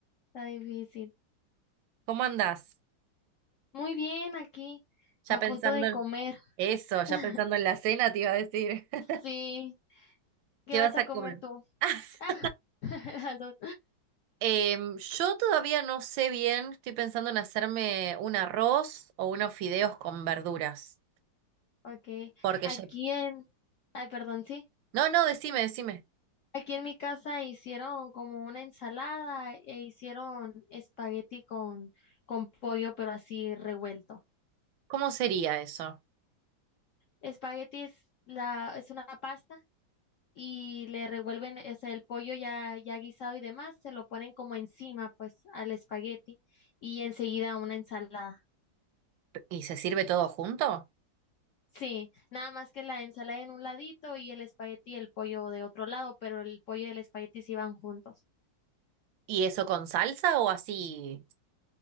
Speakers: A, on the left; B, on the right.
A: está difícil.
B: ¿Cómo andás?
A: Muy bien, aquí,
B: Ya
A: a
B: pensando
A: punto de
B: en
A: comer.
B: eso, ya
A: <laughs>
B: pensando en la cena, te iba a decir. <laughs>
A: Sí, ¿qué
B: ¿Qué
A: vas
B: vas
A: a
B: a
A: comer
B: comer?
A: tú?
B: <laughs>
A: Ah, <laughs> las dos.
B: Em, yo todavía no sé bien, estoy pensando en hacerme un arroz o unos fideos con verduras.
A: Ok,
B: Porque
A: aquí
B: ya...
A: en, ay, perdón, sí.
B: No, no, decime, decime.
A: Aquí en mi casa hicieron como una ensalada e hicieron espagueti con, con pollo, pero así revuelto.
B: ¿Cómo sería eso?
A: Espagueti es la, es una pasta. y le revuelven ese, el pollo ya, ya guisado y demás, se lo ponen como encima, pues, al espagueti y enseguida una ensalada.
B: ¿Y se sirve todo junto?
A: Sí, nada más que la ensalada en un ladito y el espagueti y el pollo de otro lado, pero el pollo y el espagueti sí van juntos.
B: ¿Y eso con salsa o así?